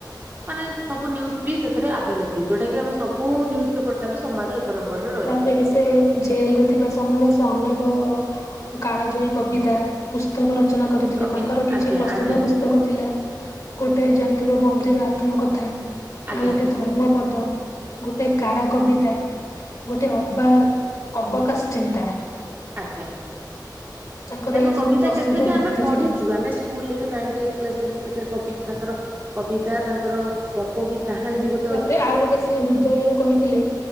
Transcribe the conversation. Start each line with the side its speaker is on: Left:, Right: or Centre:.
Right: ମାନେ ସବୁ ନ୍ୟୁଜ୍ ବି ସେଥିରେ ଆଭେଲେବୁଲ୍ ଯୋଉଟା କି ଆମେ ସବୁ ନିୁଜ୍ ପେପର ଠାରୁ ସମ୍ବାଦ ଏକ ନମ୍ବର ରେ
Left: ତାପରେ ସେ ଜେଲ ରେ ଥିବା ସମୟରେ ସେ ଅନେକ କାଳଜୟୀ କବିତା ପୁସ୍ତକ ରଚନା କରିଥିଲେ
Right: କବି
Left: ତାଙ୍କର କିଛି
Right: ଆଜ୍ଞା
Left: ପ୍ରସିଦ୍ଧ
Right: ଆଜ୍ଞା
Left: ପୁସ ପୁସ୍ତକ ଥିଲା ଗୋଟେ ଜାଣିଥିବ ବନ୍ଦୀର ଆତ୍ମ କଥା।
Right: ଆଜ୍ଞା
Left: ଆଉ ଗୋଟେ ଧର୍ମ ପଦ ଗୋଟେ କାରା କବିତା। ଗୋଟେ ଅବାକ୍ ଅବକାଶ ଚିନ୍ତା।
Right: ଆଜ୍ଞା
Left: ତାଙ୍କର
Right: ତାଙ୍କ
Left: ଏଇ
Right: କବିତା
Left: ସବୁ ପ୍ରସିଦ୍ଧ
Right: କେତେ ବି ଆମେ
Left: ଭକ୍ତି
Right: ପଢିଚୁ
Left: ଥିଲା।
Right: ଆମେ ସ୍କୁଲରେ ବି ନାଇଁଥ୍ ଏଇଟ କ୍ଲାସରେ ବି କେ କବି ତାଙ୍କର କବିତା ତାଙ୍କର ଗପ ବି କାହାଣୀ ବି ଗୋ
Left: ତାପରେ ଆଉ ଗୋଟେ ସିଏ ହୃଦୟରୁ କହିଥିଲେ।